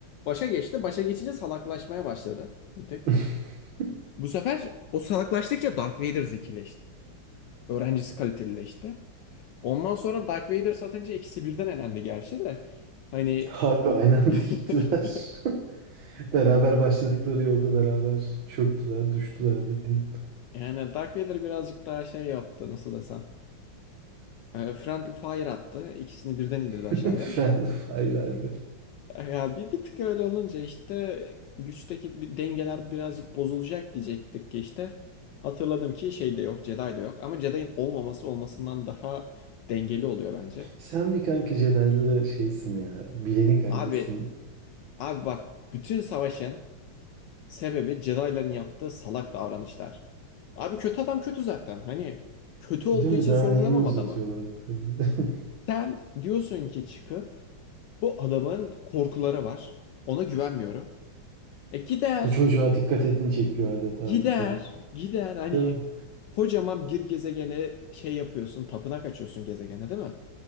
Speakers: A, on the left; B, on the right.
A: başa geçti. Başa geçince salaklaşmaya başladı bir tık.
B: <laughs>
A: Bu sefer o salaklaştıkça Darth Vader zekileşti. Öğrencisi kalitelileşti. Ondan sonra Darth Vader satınca ikisi birden elendi gerçi de. Hani
B: Harbi aynı anda
A: <laughs>
B: gittiler. <laughs> Beraber başladıkları yolda beraber çöktüler, düştüler bildiğin.
A: yani Dark Vader birazcık daha şey yaptı nasıl desem. E, Friendly Fire attı. İkisini birden indirdi aşağıya.
B: <laughs> Friend fire harbi.
A: Ya bir, bir tık öyle olunca işte güçteki bir dengeler birazcık bozulacak diyecektik ki işte. Hatırladım ki şey de yok, Jedi de yok. Ama Jedi'in olmaması olmasından daha dengeli oluyor bence.
B: Sen bir kanka Jedi'lara şeysin ya. Bilenik haldesin.
A: Abi, abi bak bütün savaşın sebebi Jedi'ların yaptığı salak davranışlar. Abi kötü adam kötü zaten. Hani kötü
B: <laughs>
A: olduğu
B: Değil mi?
A: için
B: Daha
A: sorgulamam
B: neyini uzatıyorlar
A: adamı.
B: bu kadar? <laughs>
A: Sen diyorsun ki çıkıp bu adamın korkuları var. Ona güvenmiyorum. E gider.
B: Bu çocuğa dikkat edin çekiyor adeta
A: Gider,
B: bildiğin.
A: gider. Hani
B: Değil mi?
A: kocaman bir gezegene şey yapıyorsun, tapınak açıyorsun gezegene değil mi?